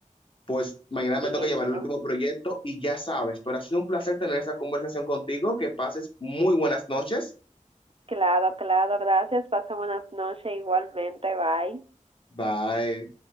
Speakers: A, on the left (about 40°); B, on the right (about 45°).
A: pues mañana
B: Entiendo.
A: me toca llevar el último proyecto y ya sabes, pero ha sido un placer tener esta conversación contigo. Que pases muy buenas noches.
B: Claro, claro, gracias. Pasa buenas noches igualmente. Bye.
A: Bye.